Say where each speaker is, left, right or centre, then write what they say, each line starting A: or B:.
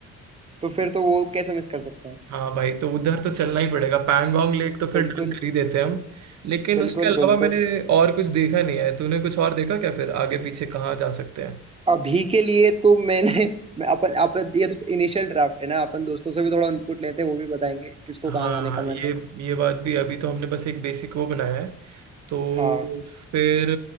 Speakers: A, on the right; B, on the right.
A: तो फिर तो वो कैसे मिस कर सकते हैं
B: हाँ भाई तो उधर तो चलना ही पड़ेगा पैंगोंग लेक तो फिर
A: बिल्कुल
B: डन कर ही देते हैं हम लेकिन
A: बिल्कुल
B: उसके अलावा
A: बिल्कुल
B: मैंने और कुछ देखा नहीं है तूने कुछ और देखा क्या फिर आगे पीछे कहाँ जा सकते हैं
A: अभी के लिए तो मैंने मैं अपन अपन ये तो इनिशियल ड्राफ्ट है ना अपन दोस्तों से भी थोड़ा इनपुट लेते हैं वो भी बताएंगे किसको
B: हाँ
A: कहाँ जाने का
B: ये
A: मन है
B: ये बात भी अभी तो हमने बस एक बेसिक वो बनाया है तो
A: हाँ
B: फिर